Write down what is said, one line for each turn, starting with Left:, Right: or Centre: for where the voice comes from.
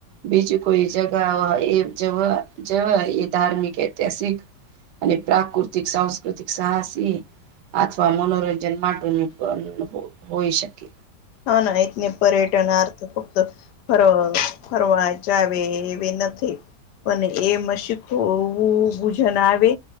Right: બીજું કોઈ જગા એ જવા જવા એ ધાર્મિક ઐતિહાસિક અને પ્રાકૃતિક સંસ્ પ્રાકૃતિક સાહસી અથવા મનોરંજન માટે પણ હોય શકે
Left: હા, ના એ ન પર્યટન અર્થ ફક્ત ફર ફરવા જાવ એવી નથી. પણ એ મશીખવું ગૂજન આવે